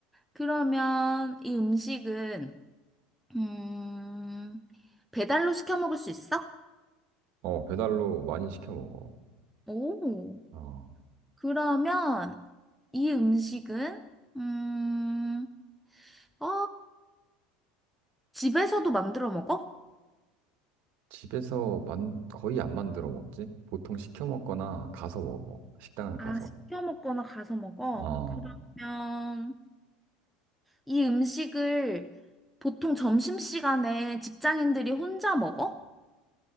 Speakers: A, in the centre; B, on the right.
A: 그러면 이 음식은 음, 배달로 시켜 먹을 수 있어?
B: 어, 배달로 많이 시켜 먹어.
A: 오.
B: 어,
A: 그러면 이 음식은 음, 어, 집에서도 만들어 먹어?
B: 집에서 만, 거의 안 만들어 먹지? 보통 시켜 먹거나 가서 먹어. 식당을 가서.
A: 아, 시켜 먹거나 가서 먹어?
B: 어,
A: 그러면 이 음식을 보통 점심시간에 직장인들이 혼자 먹어?